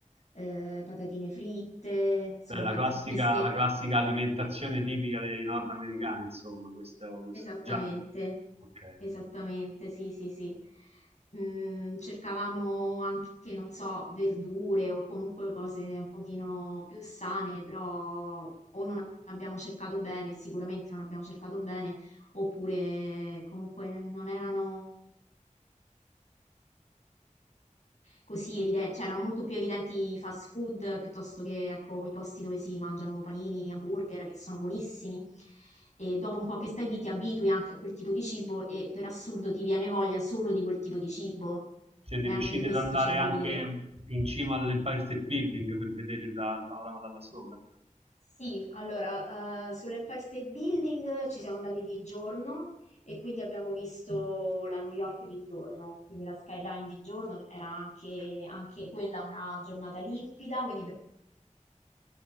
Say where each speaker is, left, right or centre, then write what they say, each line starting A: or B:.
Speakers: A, on the left; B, on the right.
A: eh, patatine fritte, insomma
B: Beh, la
A: anche
B: classica,
A: qui ste-
B: la classica alimentazione tipica dei nordamericani, insomma, questo, questo
A: Esattamente,
B: junk. Ok.
A: esattamente, sì, sì, sì. Mm, cercavamo anche, non so, verdure o comunque cose un pochino più sane, però o non abbiamo cercato bene, sicuramente non abbiamo cercato bene, oppure comunque non erano così evidenti, cioè erano molto più evidenti i fast food piuttosto che ecco, i posti dove si mangiano panini, hamburger, che sono buonissimi. E dopo un po' che stai lì ti abitui anche a quel tipo di cibo e per assurdo ti viene voglia solo di quel tipo di cibo.
B: Siete
A: E
B: riusciti
A: anche questo
B: ad andare
A: c'è da
B: anche
A: dire.
B: in cima all'Empire State Building per vedere il, da- il panorama da là sopra?
A: Sì, allora, eh, sull'Empire State Building ci siamo andati di giorno e quindi abbiamo visto la New York di giorno, quindi la skyline di giorno era anche, anche quella una giornata limpida, quindi